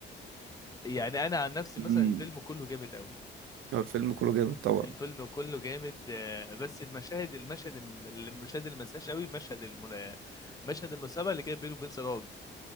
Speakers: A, on the left; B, on the right.
A: يعني انا عن نفسي
B: مم.
A: مثلا الفيلم كله جامد قوي
B: هو الفيلم كله جامد طبعا
A: الفيلم كله جامد آه، بس المشاهد المشهد الم- المشاهد اللي ما انساهاش قوي مشهد الم- مشهد المسابقه اللي كانت بينه وبين سراج